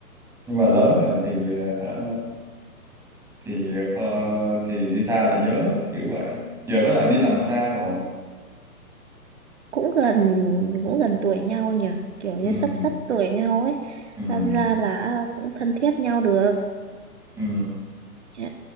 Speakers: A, in the centre; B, on the right.
A: nhưng mà lớn rồi thì ờ, hả, thì ờ, kho- thì đi xa lại nhớ kiểu vậy giờ nó lại đi làm xa rồi
B: Cũng gần cũng gần tuổi nhau nhỉ, kiểu như
A: ừ
B: sắp sắp tuổi nhau ấy,
A: ừ
B: đâm ra là à, cũng thân thiết nhau được.
A: ừ
B: Ờ,